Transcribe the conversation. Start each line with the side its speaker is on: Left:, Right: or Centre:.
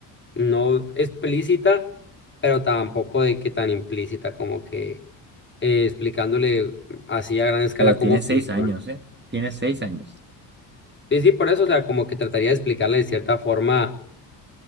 Left: no explícita, pero tampoco de que tan implícita como que eh, explicándole así a gran escala
Right: Pero
Left: cómo
Right: tiene
Left: funciona.
Right: seis años, ¿eh? Tiene seis años.
Left: Sí, sí, por eso, o sea, como que trataría de explicarle de cierta forma,